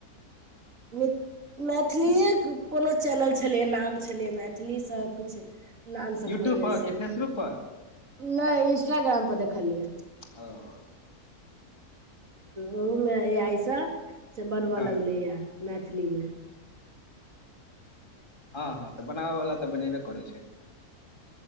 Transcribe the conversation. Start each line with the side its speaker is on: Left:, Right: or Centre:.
Right: मि मैथिलीए के कोनो चैनल छलै नाम छलै मैथिलीसँ किछु नाम से
Left: यूट्यूब
Right: खोलनेे
Left: पर
Right: छै
Left: कि फेसबुक पर
Right: नय इंस्टाग्राम पर देखलियै
Left: ओ <inaudible>
Right: ओहो मे ए आई से बनबय
Left: हँ
Right: लगलैए मैथिलीमे
Left: हँ हँ तऽ बनाबयवला तऽ बनेबे करै छै